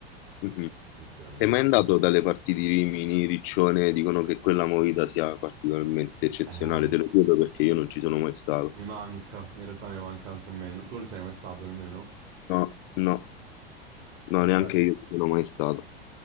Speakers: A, on the left; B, on the right.
A: Mhm.
B: sinceramente.
A: Sei mai andato dalle parti di Rimini, Riccione, dicono che quella movida sia particolarmente eccezionale,
B: Eh,
A: te lo chiedo perché io non ci sono mai stato.
B: mi manca, in realtà mi manca anche a me. No, Tu non ci sei mai stato nemmeno?
A: No, no, no,
B: Vabbè.
A: neanche io ci sono mai stato.